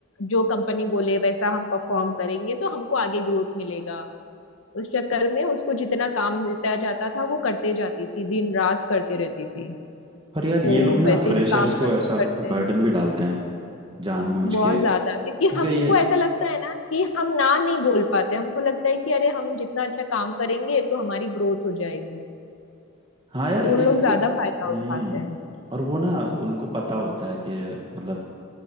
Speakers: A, on the left; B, on the right.
A: जो कंपनी बोले वैसा हम परफॉर्म करेंगे तो हमको आगे ग्रोथ मिलेगा उस चक्कर में उसको जितना काम मिलता जाता था वो करते जाती थी दिन रात करते रहती थी
B: और
A: तो
B: यार ये लोग ना
A: वैसे
B: फ्रेशर्स
A: ही काम करते
B: को ऐसा
A: करते
B: बर्डन भी डालते हैं जानबूझ
A: बहुत
B: के
A: ज्यादा क्योंकि
B: क्योंकि
A: हमको
B: ये
A: ऐसा लगता है ना कि हम ना नहीं बोल पाते हमको लगता है कि अरे हम जितना अच्छा काम करेंगे तो हमारी ग्रोथ हो जाएगी
B: हाँ यार
A: तो वो
B: इनको
A: लोग ज्यादा
B: हम्म
A: फायदा उठाते हैं
B: और वो ना उनको पता होता है कि मतलब